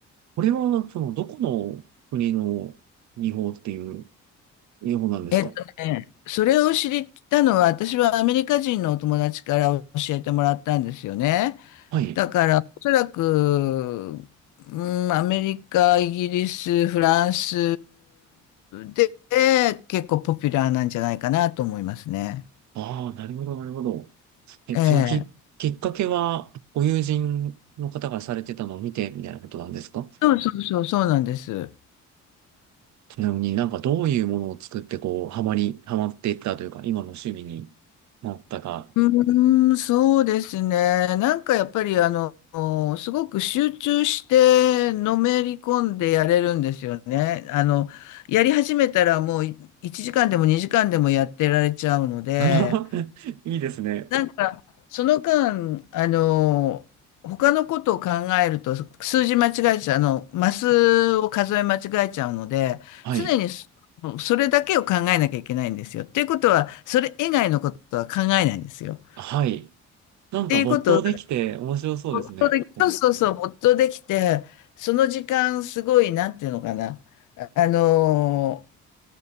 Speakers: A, on the right; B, on the left.
A: これは、その、どこの国の技法っていう技法なんですか
B: えっとね、それを知ったのは、私はアメリカ人のお友達から教えてもらったんですよね。
A: はい。
B: だから、おそらく、うん、アメリカ、イギリス、フランスで結構ポピュラーなんじゃないかなと思いますね。
A: ああ、なるほど、なるほど。え、
B: ええ。
A: そのき、きっかけは、ご友人の方がされてたのを見て、みたいなことなんですか
B: そうそうそう、そうなんです。
A: ちなみになんかどういうものを作って、こう、ハマり、ハマっていったというか、今の趣味になったか、
B: うーん、そうですね。なんかやっぱりあの、すごく集中してのめり込んでやれるんですよね。あの、やり始めたらもうい1時間でも2時間でもやってられちゃうので、
A: <laughs> いいですね。
B: なんかその間、あの、他のことを考えると数字間違えちゃう、あの、マスを数え間違えちゃうので、
A: はい。
B: 常にそそれだけを考えなきゃいけないんですよ。っていうことは、それ以外のことは考えないんですよ。っ
A: はい。なんか没頭できて面白そうですね。
B: ていうこと没頭でそうそうそう、没頭できて、その時間、すごい、なんていうのかな、あ、あのー